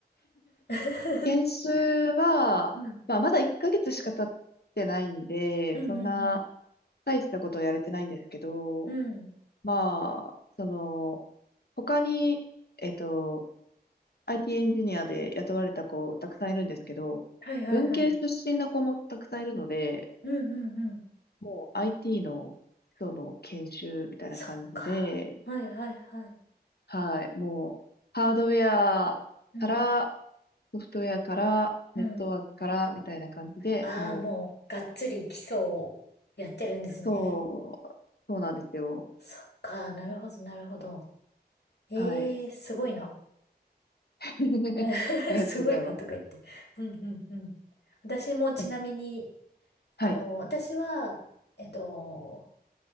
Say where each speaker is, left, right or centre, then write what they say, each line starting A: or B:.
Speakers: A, on the left; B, on the left.
A: <laughs>
B: 研修は、
A: うん。
B: まあ、まだ1ヶ月しか経ってないんで、
A: うんうん
B: そんな大したことやれてないんですけど、
A: うん。うん。
B: まあ、その、他に、えっと、IT エンジニアで雇われた子たくさんいるんですけど、
A: はいはいはい。
B: 文系出身の子もたくさんいるので、
A: うんうんうん。
B: もう IT の基礎の研修みたいな感じで、
A: そっか。はいはいはい。
B: はい、もうハードウェアから
A: うん。
B: ソフトウェアからネットワークからみたいな感じで、
A: うん。ああ、
B: もう
A: もう、がっつり基礎をやってるんですね。
B: そう、そうなんですよ。
A: そっか。なるほどなるほど。ええー、
B: はい。
A: すごいな。
B: <laughs>
A: <laughs>
B: ありがとうございます。
A: すごいなとか言って。うんうんうん。私もちなみに、
B: やっぱはい。
A: あの、私は、えっと、